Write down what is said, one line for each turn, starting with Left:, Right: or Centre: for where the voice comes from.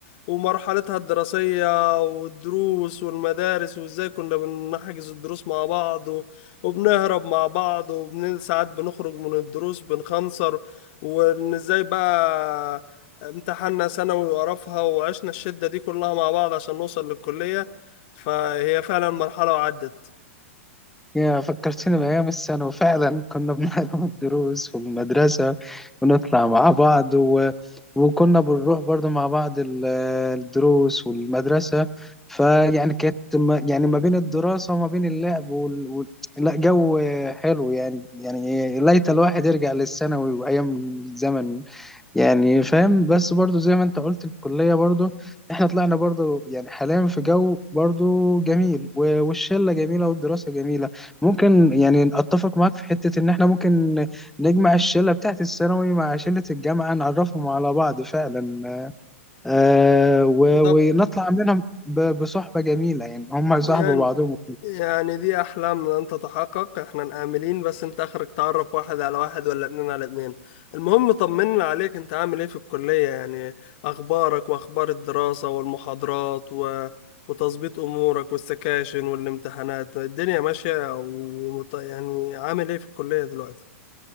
Left: ومرحلتها الدراسيه والدروس والمدارس وازاي كنا بنحجز الدروس مع بعض و- وبنهرب مع بعض وبن ساعات بنخرج من الدروس بنخنصر وان ازاي بقى امتحاننا ثانوي وقرفها وعشنا الشده دي كلها مع بعض عشان نوصل للكليه فهي فعلا مرحله وعدت
Centre: يا فكرتني بأيام الثانوي فعلا كنا بنحضر <laughs> الدروس والمدرسة ونطلع مع بعض و... وكنا بنروح برضو مع بعض ال- الدروس والمدرسة فيعني كانت ما... يعني ما بين الدراسة وما بين اللعب وال... وال... لا جو حلو يعني يعني ليت الواحد يرجع للثانوي وأيام زمن يعني فاهم بس برضو زي ما انت قلت الكلية برضو احنا طلعنا برضو يعني حاليا في جو برضو جميل و- والشلة جميلة والدراسة جميلة ممكن يعني اتفق معاك في حتة ان احنا ممكن نجمع الشلة بتاعت الثانوي مع شلة الجامعة نعرفهم على بعض فعلا آه و-
Left: ده
Centre: ونطلع منهم ب- بصحبة جميلة يعني هم يصاحبوا
Left: يعني
Centre: بعضهم
Left: يعني دي أحلام لن تتحقق احنا آملين بس انت آخرك تعرف واحد على واحد ولا اتنين على اتنين المهم طمنا عليك انت عامل ايه في الكلية يعني أخبارك وأخبار الدراسة والمحاضرات و... وتظبيط أمورك والسكاشن والامتحانات الدنيا ماشية و... وط- يعني عامل ايه في الكلية دلوقتي